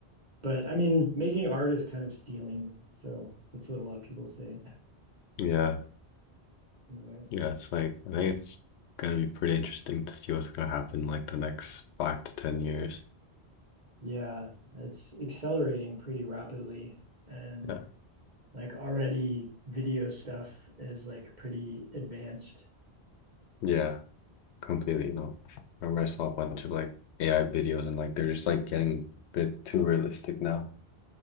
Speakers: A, on the right; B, on the left.
A: But I mean, making art is kind of stealing. So that's what a lot of people say
B: Yeah.
A: anyway.
B: Yeah. It's like I think it's gonna be pretty interesting to see what's gonna happen like the next five to ten years.
A: Yeah, it's accelerating pretty rapidly. And
B: Yeah.
A: like already video stuff is like pretty advanced.
B: Yeah. Completely. No. I remember I saw a bunch of like AI videos and like they're just like getting a bit too realistic now.